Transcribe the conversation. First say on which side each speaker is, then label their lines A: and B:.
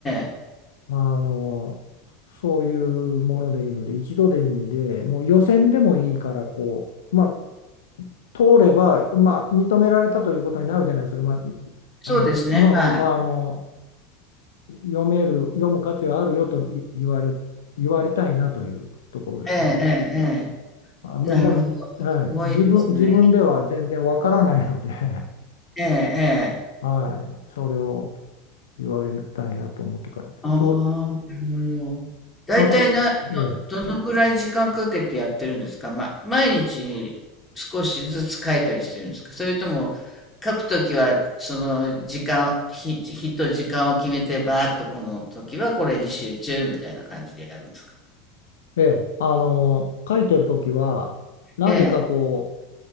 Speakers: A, on the left; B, on the left.
A: ええ。
B: あのそういうものでいいので、一度でいいんで、もう予選でもいいから、こう、まあ、通れば、まあ、認められたということになるじゃないですか、まあ、
A: そうですね、
B: あの、うんうん、
A: はい。
B: まあ、あの、読める、読む価値はあるよとい言われ、言われたいなというところですね。
A: ええ、ええ、え
B: あ、もう、
A: え。なるほど。
B: もう、じはい、
A: すごいですね。
B: 自分、自分では全然わからないので、<laughs>
A: ええ、ええ。
B: はい、それを言われたいなと思って書いてる、
A: ああ、
B: そう、
A: なるほど。大体な、
B: あそこ、え
A: どのくらい時間かけてやってるんですかま、毎日少しずつ書いたりしてるんですかそれとも書くときはその時間、日、日と時間を決めてバーッとこの時はこれに集中みたいな感じでやるんですか
B: え、ええ、あの、書いてるときは、なぜかこう、
A: ええ。